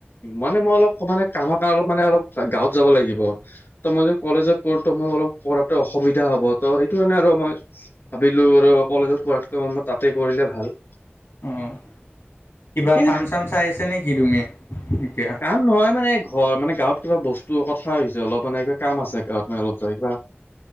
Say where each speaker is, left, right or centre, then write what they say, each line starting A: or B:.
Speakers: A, on the left; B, on the left.
A: মানে মই অলপ মানে কামৰ কাৰণে অলপ মানে অলপ গাঁৱত যাব লাগিব ত' মই য কলেজত কৰো ত মই অলপ পঢ়াতো অসুবিধা হ'ব ত' সেইটো কাৰণে আৰু মই ভাবিলো আৰু কলেজত কৰাকৈ মই তাতে কৰিলে ভাল
B: অঁ কিবা
A: ঠিকে
B: কাম চাম চাই আছে নিকি তুমি এতিয়া
A: কাম নহয় মানে ঘৰ মানে গাঁৱত কিবা বস্তু কথা হৈছে অলপ মানে কিবা কাম আছে গাঁৱত মানে অলপ যায় কিবা